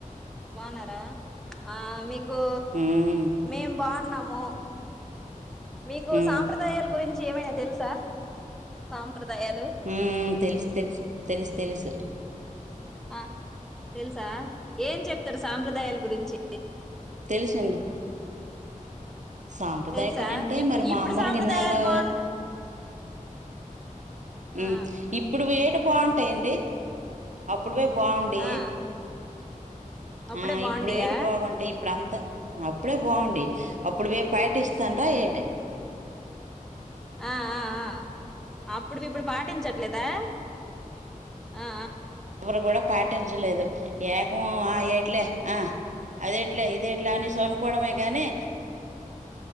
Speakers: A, in the centre; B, on the right.
A: బాన్నారా ఆ మీకు
B: ఉమ్
A: మేమ్ బాన్నాము మీకు
B: ఉమ్
A: సాంప్రదాయాల గురించి ఏమైనా తెలుసా సాంప్రదాయాలు
B: మ్ తెలుసు తెలుసు తెలుసు తెలుసు
A: ఆ తెలుసా ఏం చెప్తారు సాంప్రదాయాల గురించి
B: తెలుసండి సాంప్రదాయకలు
A: తెలుసా
B: అంటే
A: ఇప్పు
B: మరి మా
A: ఇప్పుడు
B: అమ్మలు
A: సాంప్రదాయాలు
B: ఇన్నాళ్ళు
A: బాగు ఆ
B: మ్ ఇప్పుడు వేటి బావుంటాయండి అప్పుడువే బావుండి
A: ఆ అప్పుడే
B: ఆ
A: బాగుండయా
B: ఇప్పుడేటి బాగుంటాయి ఇప్పుడు అంతా అప్పుడే బాండీ అప్పుడువి పాటిస్తాన్రా ఏటి
A: ఆహ్హ్ అప్పుడువి ఇప్పుడు పాటించట్లేదా ఆ
B: ఎవరు కూడా పాటించలేదు ఏకం ఆ ఏట్లే ఆ అదేట్లే ఇదేట్లే అని సోన్నుకోడమే గాని